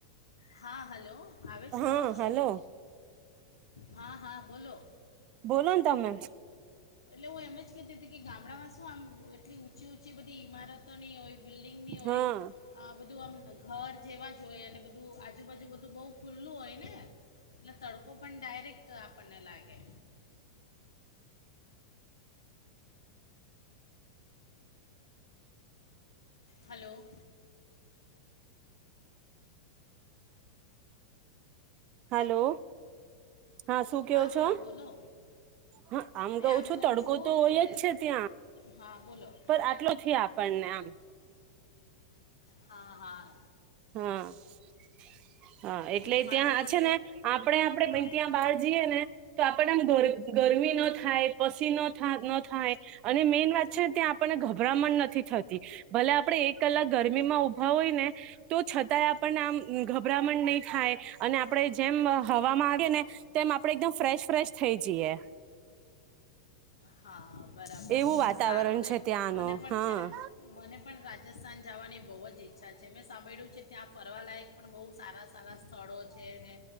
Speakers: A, on the left; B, on the right.
A: હા હલો. આવે છે
B: હા
A: અવાજ?
B: હાલો
A: હા-હા બોલો.
B: બોલો ને તમે જ.
A: એટલે હું એમ જ કેતી તી કે ગામડામાં શું આમ એટલી ઊંચીં ચી બધી ઈમારતોને હોય, બિલ્ડિંગને હોય
B: હા
A: આ બધું આમ ઘર જેવા જ જોએ ને બધ ધું આજુબાજુ બધું બહુ ખુલ્લું હોય ને એટલે તડકો પણ ડાયરેક્ટ આપણને લાગે. હલો.
B: હલો હા શું ક્યો
A: હા
B: છો,
A: બોલો
B: હા આમ
A: અરે
B: કઉં છું
A: કહું
B: તડકો તો હોય
A: કે
B: જ છે ત્યાં,
A: હા બોલો
B: પણ આટલો થયા આપણને એમ.
A: હા-હા.
B: હા-હા એટલે
A: એ જ મારે
B: ત્યાં
A: પણ
B: છે ને આપણે આપણે
A: હા
B: ભાઈ ત્યાં બહાર જઈએ ને તો આપણેને આમ ગરમી ન થાય, પસીનો થા ન થાય અને મેન વાત છે ને ત્યાં આપણને ગભરામણ નથી થતી, ભલે આપણે એક કલાક ગરમીમાં ઊભા હોય ને તો છતાંય આપણને આમ ગભરામણ નહી થાય અને આપણે જેમ હવામાં આવેે ને તેમ આપણે એકદમ ફ્રેશ ફ્રેશ થઈ જઈએ.
A: હા. બરાબર
B: એવું
A: છે
B: વાતાવરણ
A: સારું ને
B: છે ત્યાંનું
A: મને પણ
B: હા
A: છે ને મને પણ રાજસ્થાન જવાની બહુ જ ઈચ્છા છે, મેં સાંભળ્યું છે ત્યાં ફરવાલાયક પણ બહુ સારા સારા સ્થળો છે ને,